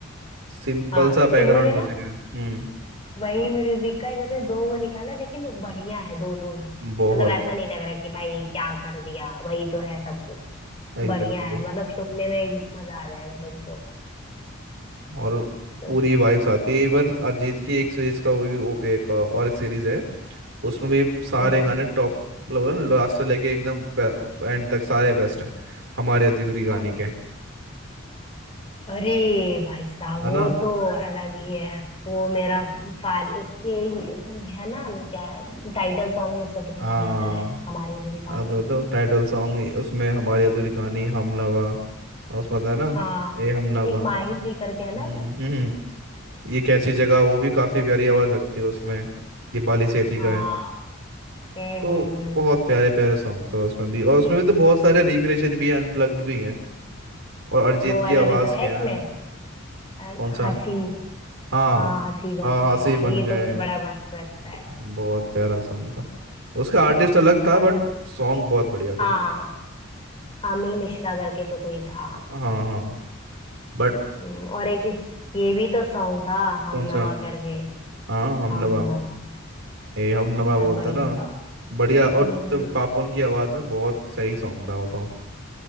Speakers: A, on the right; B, on the left.
A: सिंपल
B: हाँ
A: सा बैकग्राउंड
B: इन्होंने
A: म्यूजिक
B: ना
A: है हम्म
B: वही म्यूजिक का इन्होंने दो वो निकाला लेकिन बढ़िया है दोनों ही मतलब
A: बहुत
B: ऐसा नहीं लग रहा कि भाई क्या कर दिया वही
A: बढ़िया
B: तो है सब
A: एग्जैक्टली
B: बढ़िया है मतलब सुनने में मजा आ जाएगा तुमको
A: और
B: ये तो
A: पूरी
B: है
A: वाइब्स
B: बढ़िया।
A: आती है इवन अरिजीत की एक सीरीज का वो भी ओ बे का और एक सीरीज है उसमें भी सारे
B: कौन
A: गाने
B: सी
A: टॉप मतलब लास्ट से लेके एकदम एंड तक सारे बेस्ट हैं हमारे अधूरी कहानी
B: कौन सा
A: के
B: अरे भाई साहब
A: है
B: वो
A: ना
B: तो अलग ही है वो मेरा साल उसके वो है ना क्या टाइटल सॉन्ग ही उसका कितना
A: हाँ
B: बेहतर है हमारी अधूरी कहानी
A: हाँ, तो, तो टाइटल सॉन्ग उसमें हमारी अधूरी कहानी हम नवा और उसमें था ना
B: हाँ
A: ए हम नवा
B: एक
A: हम्म
B: माही जी करके है ना
A: हम्म हम्म। ये कैसी जगह वो भी काफी प्यारी आवाज लगती है उसमें दीपाली सेठी
B: हाँ
A: का है।
B: हम्म
A: तो
B: हम्म हम्म
A: बहुत प्यारे प्यारे सॉन्ग्स हैं उसमें भी और उसमें भी तो बहुत सारे रिक्रिएशन भी अनप्लग्ड भी हैं और अरिजीत
B: वो वाला
A: की आवाज़
B: भी तो
A: क्या
B: है इसमें
A: है
B: अ,
A: कौन सा
B: हंसी
A: हाँ
B: हाँ हंसी बन
A: हाँ
B: गए
A: हंसी
B: यार
A: बन
B: ये
A: गए
B: तो मुझे बड़ा मस्त लगता
A: ब-
B: है
A: बहुत प्यारा सॉन्ग था उसका आर्टिस्ट अलग था
B: और
A: बट
B: एक-
A: सॉन्ग बहुत बढ़िया थे
B: हाँ
A: उसके
B: आमी मिश्रा करके तो कोई था
A: हाँ हाँ बट
B: हम्म, और एक ये भी तो सॉन्ग था
A: कौन
B: हम नवा
A: सा
B: करके
A: हाँ हमनवा
B: हम नवा
A: ए हमनवा
B: यार
A: बोलता
B: बढ़िया
A: ना
B: था
A: बढ़िया और
B: हम्म
A: जब पापोन की आवाज़ में बहुत सही सॉन्ग था वो तो